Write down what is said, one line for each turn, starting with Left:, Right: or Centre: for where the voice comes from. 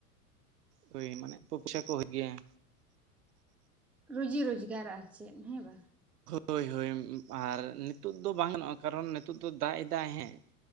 Right: ᱦᱳᱭ ᱢᱟᱱᱮ ᱯᱚ-ᱯᱚᱭᱥᱟ ᱠᱚ ᱦᱩᱭᱩᱜ ᱜᱮᱭᱟ᱾
Centre: ᱨᱩᱡᱤ ᱨᱳᱡᱽᱜᱟᱨ ᱟᱨ ᱪᱮᱫ ᱦᱮᱸ ᱵᱟᱝ?
Right: ᱦᱳᱭ ᱦᱳᱭ, ᱟᱨ ᱱᱤᱛᱳᱜ ᱫᱚ ᱵᱟᱝ ᱜᱟᱱᱚᱜᱼᱟ ᱠᱟᱨᱚᱱ ᱱᱤᱛᱳᱜ ᱫᱚ ᱫᱟᱜ ᱮᱫᱟᱭ ᱮᱸᱦᱮᱸ ᱾